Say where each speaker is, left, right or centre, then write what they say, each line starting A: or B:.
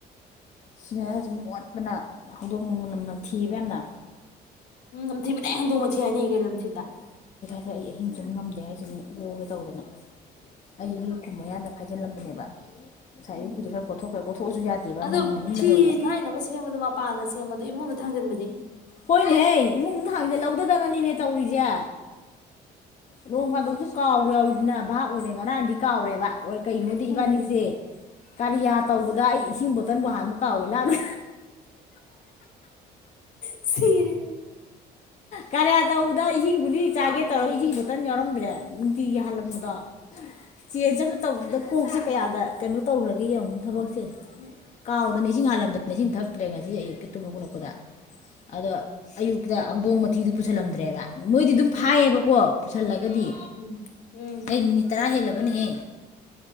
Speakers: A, on the left; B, on the left.
A: ꯁꯤꯅ ꯁꯨꯝ ꯋꯥꯠꯄꯅ ꯍꯧꯗꯣꯡ ꯃꯅꯝ ꯅꯝꯊꯤꯌꯦꯕ ꯌꯥꯝꯅ
B: ꯎꯝ ꯅꯝꯊꯤꯕꯅꯦ ꯍꯧꯗꯣꯡ ꯃꯊꯤ ꯍꯥꯏꯅꯩ ꯀꯩꯅꯣ ꯅꯝꯊꯤꯕꯗ
A: ꯑꯗ ꯑꯩ ꯑꯍꯤꯡ ꯇꯨꯝ ꯉꯝꯗꯦ ꯍꯥꯏꯁꯤꯅꯤ ꯑꯣꯒꯦ ꯇꯧꯗꯅ ꯑꯩ ꯂꯨ ꯈꯨꯝ ꯃꯌꯥꯗ ꯐꯥꯏꯖꯤꯜꯂꯝꯕꯅꯦꯕ ꯉꯁꯥꯏ ꯑꯌꯨꯛꯄꯨꯗꯤ
B: ꯎꯝ
A: ꯈꯔ ꯀꯣꯊꯣꯛꯈ꯭ꯔꯦ ꯀꯣꯊꯣꯛꯑꯁꯨ ꯌꯥꯗꯦꯕ
B: ꯑꯗꯣ
A: ꯃꯅꯝ ꯑꯗꯨꯝ
B: ꯊꯤ
A: ꯂꯩꯍꯧꯋꯦꯕ
B: ꯐꯥꯏꯅꯕ ꯁꯦꯝꯕꯗꯣ ꯃꯄꯥꯟꯗꯤ ꯁꯦꯝꯕꯗꯨ ꯏꯃꯨꯡꯗ ꯊꯥꯡꯖꯤꯟꯕꯗꯤ
A: ꯍꯣꯏꯅꯦꯍꯦ ꯏꯃꯨꯡꯗ ꯊꯥꯡꯖꯟꯍꯧꯗꯅꯤꯅꯦ ꯇꯧꯔꯤꯁꯦ ꯅꯣꯡ ꯐꯥꯗꯣꯛꯁꯨ ꯀꯥꯎꯕ ꯌꯥꯎꯏꯗꯅ ꯚꯥꯥꯛ ꯑꯣꯏꯅ ꯉꯔꯥꯡꯗꯤ ꯀꯥꯎꯔꯦꯕ ꯍꯣꯏ ꯀꯩꯅꯣꯗꯤ ꯏꯕꯥꯅꯤꯁꯦ
B: ꯎꯝ
A: ꯀꯥꯔꯤꯌꯥ ꯇꯧꯕꯗ ꯑꯩ ꯏꯁꯤꯡ ꯕꯣꯇꯜꯕꯨ ꯍꯥꯟꯕ ꯀꯥꯎꯋꯤ ꯂꯥꯛꯅꯨ
B: ꯁꯤꯔꯦ
A: ꯀꯥꯔꯤꯌꯥ ꯇꯧꯕꯗ ꯏꯁꯤꯡ ꯒꯨꯂꯤ ꯆꯥꯒꯦ ꯇꯧꯔ ꯏꯁꯤꯡ ꯕꯇꯟ ꯌꯥꯎꯔꯝꯗ꯭ꯔꯦ ꯅꯨꯡꯇꯤꯒꯤ ꯍꯥꯜꯂꯝꯕꯗꯣ ꯆꯦꯟꯖ ꯑꯃ ꯇꯧꯕꯗ ꯀꯣꯛꯁꯦ ꯀꯌꯥꯗ ꯀꯩꯅꯣ ꯇꯧꯈ꯭ꯔꯒꯦ ꯌꯦꯡꯉꯨ ꯊꯕꯛꯁꯦ
B: ꯎꯝ
A: ꯀꯥꯎꯗꯅ ꯏꯁꯤꯡ ꯍꯥꯜꯂꯝꯗꯅ ꯏꯁꯤꯡ ꯊꯛꯇ꯭ꯔꯦ ꯉꯁꯤ ꯑꯌꯨꯛꯀꯤ ꯇꯨꯝ ꯍꯧꯒꯠꯂꯛꯄꯗ ꯑꯗꯣ ꯑꯌꯨꯛꯇ ꯍꯧꯗꯣꯡ ꯃꯊꯤꯗꯨ ꯄꯨꯁꯜꯂꯝꯗ꯭ꯔꯦꯕ ꯃꯣꯏꯗꯤ ꯑꯗꯨꯝ
B: ꯎꯝ
A: ꯐꯥꯏꯌꯦꯕꯀꯣ ꯄꯨꯁꯜꯂꯒꯗꯤ
B: ꯎꯝ ꯎꯝ
A: ꯍꯩ ꯃꯤꯅꯤꯠ ꯇꯔꯥ ꯍꯦꯜꯂꯕꯅꯦꯍꯦ